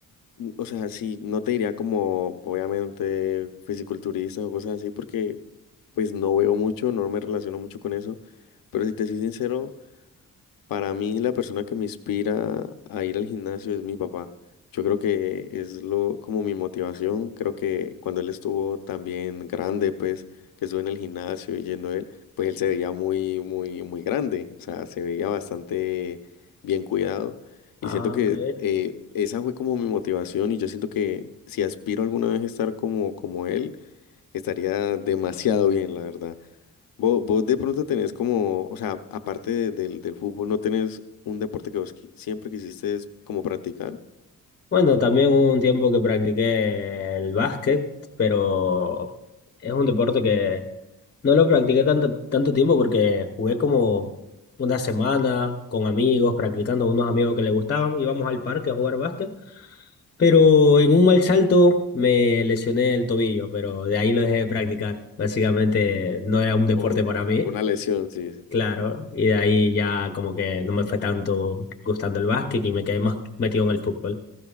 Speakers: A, on the left; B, on the left.
A: O sea, sí, no te diría como, obviamente, fisiculturista o cosas así, porque pues no veo mucho, no me relaciono mucho con eso, pero si te soy sincero, para mí, la persona que me inspira a ir al gimnasio es mi papá. Yo creo que es lo como mi motivación. Creo que cuando él estuvo también grande, pues que estuve en el gimnasio y yendo él, pues él se veía muy, muy, muy grande. O sea, se veía bastante bien cuidado. Y
B: Ah,
A: siento que
B: ok.
A: eh, esa fue como mi motivación. Y yo siento que si aspiro alguna vez a estar como, como él, estaría demasiado bien, la verdad. Vos, vos de pronto tenés como, o sea, aparte de- del, del fútbol, ¿no tenés un deporte que vos qui- siempre quisiste es como practicar?
B: Bueno, también hubo un tiempo que practiqué el básquet, pero es un deporte que no lo practiqué tanto, tanto tiempo porque jugué como una semana con amigos, practicando con unos amigos que le gustaban, íbamos al parque a jugar básquet. Pero en un mal salto me lesioné el tobillo, pero de ahí lo dejé de practicar. Básicamente no era un deporte
A: O
B: para
A: ya,
B: mí,
A: Por una lesión, sí, sí.
B: claro, y de ahí ya como que no me fue tanto gustando el básquet y me quedé más metido en el fútbol,